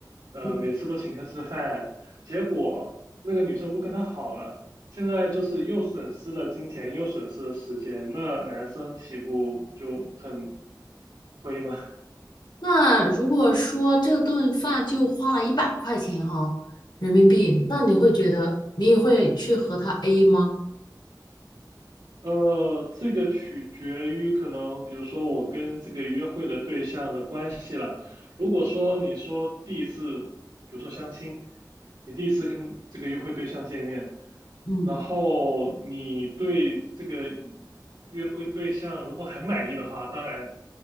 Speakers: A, on the right; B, on the left.
A: 呃，
B: 嗯。
A: 每次都请客吃饭，结果那个女生不跟他好了，现在就是又损失了金钱，又损失了时间，那男生岂不就很亏吗？
B: 那如果说这顿饭就花了一百块钱哈、人民币，那你会觉得你也会去和他 A 吗？
A: 呃，这个取决于可能，比如说我跟这个约会的对象的关系了。如果说你说第一次，比如说相亲。你第一次跟这个约会对象见面，
B: 嗯，
A: 然后你对这个约会对象如果很满意的话，当然